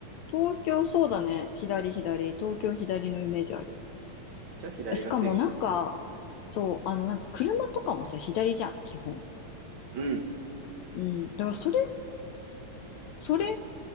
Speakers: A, on the left; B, on the right.
A: 東京そうだね。左左。東京左のイメージある。
B: じゃあ左が正義だよ。
A: しかもなんか、そう、あのなんか車とかもさ、左じゃん、基本。
B: うん。
A: うん。だからそれ、それ